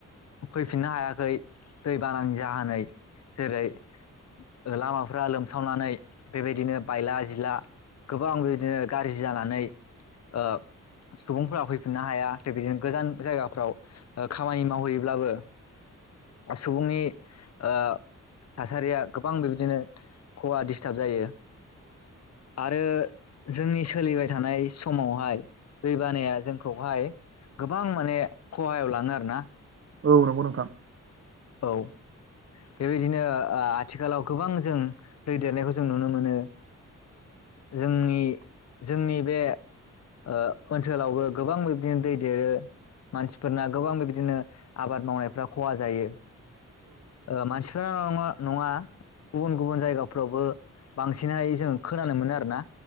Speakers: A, on the left (about 60°); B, on the right (about 50°).
A: फैफिननो हायाखै। दैबानानि जानानै जेरै ओ लामाफ्रा लोमसावनानै बेबायदिनो बायला जिला गोबां बिदिनो गाज्रि जानानै ओ सुबुंफोरा फै फुनो हाया बिदिनो गोजान जायगाफ्राव ओ खामानि मावहैयोब्लाबो सुबुंनि ओ थासारिया गोबां बिबदिनो खहा दिसथाब जायो। आरो जोंनि सोलिबाय थानाय समावहाय दैबानाया जोंखौहाय गोबां माने खहायाव लाङो आरो ना।
B: औ नंगौ नोंथां।
A: औ बेबायदिनो ओ आथिखालाव गोबां जों दै देरनायखौ जों नुनो मोनो। जोंनि जोंनि बे ओ ओनसोलावबो गोबां बिबदिनो दै देरो मानसिफोरना गोबां बिबदिनो आबाद मावनायफ्रा खहा जायो। ओ मानसिफोराङा नङा गुबुन गुबुन जायगाफ्रावबो बांसिनहाय जोंङो खोनानो मोनो आरोना